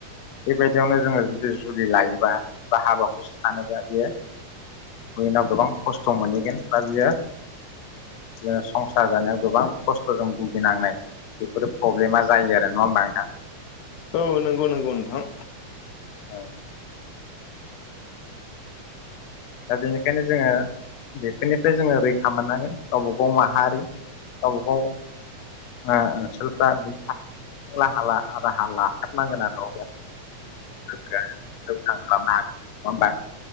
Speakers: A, on the left; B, on the left.
A: बेबायदियावनो जोङो जुदि जुलि लायोबा बा हाबाखौसो सानोबा बियो इयुनाव गोबां खस्थ मोनहैगोन बा बियो ओ संसार जानायाव गोबां खस्थजों भुगिनांनाय बेफोरो प्रब्लेमा जायो आरो नङा होमबा नोंथां?
B: औ नंगौ नंगौ नोंथां।
A: औ दा बेनिखायनो जोङो बेफोरनिफ्राय जोङो रैखा मोननांगोन गावबा गाव माहारि गावबा गाव ओनसोलफ्रा बिनि थाखाय राहा लाथारनांगोन आरो अब्लासो <unintelligible> खालामनो हागोन नङा होमबा?